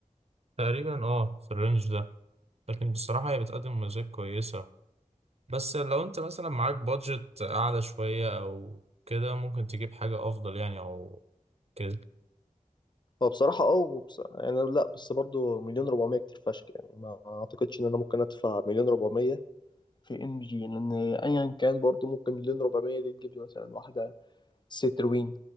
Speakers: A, on the right; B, on the left.
A: تقريبا اه في الرينج ده لكن بصراحة هي بتقدم مميزات كويسة بس لو انت مثلا معاك بادجت اعلى شوية او كده ممكن تجيب حاجة افضل يعني او كده
B: فبصراحة أه وبص... يعني لا بس برضو مليون ربعمية كتير فشخ يعني ما أعتقدش إن أنا ممكن أدفع مليون ربعمية في إم جي لأن أيا كان برضو ممكن مليون ربعمية دي تجيب لي مثلا واحدة سيتروين